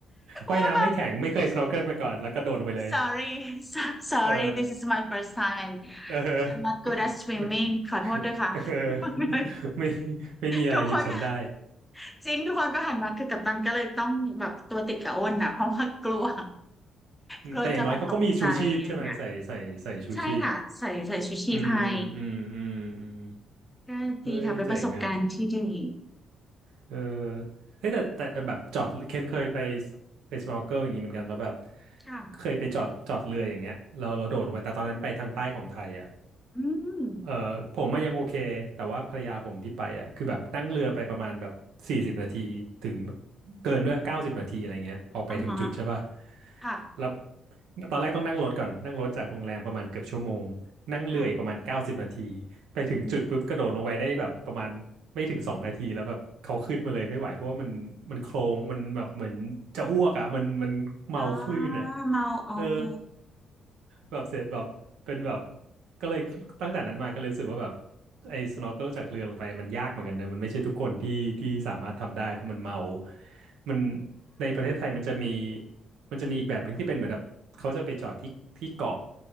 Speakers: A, on the right; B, in the centre.
A: ว่ายน้ำไม่แข็งไม่เคยสโนว์เกิลมาก่อนแล้วก็โดดลงไปเลย
B: ว่าแบบ sorry so- sorry
A: เออ
B: this is my first time and
A: เออ
B: I'm not good at swimming
A: ไม่ <laughs>
B: ขอโทษด้วยค่ะ
A: เออ
B: <laughs>
A: ไม่ไม่มีอะไรหยุดฉันได้
B: ทุกคนค่ะจริงทุกคนก็หันมาคือกัปตันก็เลยต้องแบบตัวติดกับอ้นอ่ะเพราะว่ากลัว
A: อืมแต่อย่างน้อยเขาก็มีชูชีพใช่ไหมใส่ใส่ใส่ชูชีพ
B: กลัวจะแบบตกใจอะไรเงี้ยใช่ค่ะใส่ใส่ชูชีพให้
A: อืมอืมอืมอืม
B: ก็ดีค่ะเป็นประสบการณ์ที่ดี
A: เฮ้ยเจ๋งอ่ะ เออเฮ้ยแต่แต่แบบจอดเคนเคยไปไปสโนว์เกิลอย่างนี้เหมือนกันแล้วแบบ
B: ค่ะ
A: เคยไปจอดจอดเรืออย่างเงี้ยเราเราโดดลงไปแต่ตอนนั้นไปทางใต้ของไทยอ่ะ
B: อืม
A: เอ่อผมมายังโอเคแต่ว่าภรรยาผมที่ไปอ่ะคือแบบนั่งเรือไปประมาณแบบสี่สิบนาทีถึงเกินด้วยเก้าสิบนาทีอะไรเงี้ยออกไปถึงจุดใช่ป่ะ
B: อ่าฮะค่ะ
A: แล้วตอนแรกต้องนั่งรถก่อนนั่งรถจากโรงแรมประมาณเกือบชั่วโมงนั่งเรืออีกประมาณเก้าสิบนาที
B: ค่ะ
A: ไปถึงจุดปุ๊บกระโดดลงไปได้แบบประมาณไม่ถึงสองนาทีแล้วแบบเขาขึ้นมาเลยไม่ไหวเพราะว่ามันมันโคลงมันแบบเหมือนจะอ้วกอ่ะมันมันเมาคลื่นอ่ะ
B: อืมอ่าเมาโอเค
A: เออ แบบเสร็จแบบเป็นแบบก็เลยตั้งแต่นั้นมาก็เลยรู้สึกว่าแบบไอ้ snorkel จากเรือลงไปมันยากเหมือนกันเนอะมันไม่ใช่ทุกคนที่ที่สามารถทำได้เพราะมันเมามันในประเทศไทยมันจะมีมันจะมีอีกแบบหนึ่งที่เป็นเหมือนแบบเขาจะไปจอดที่ที่เกาะ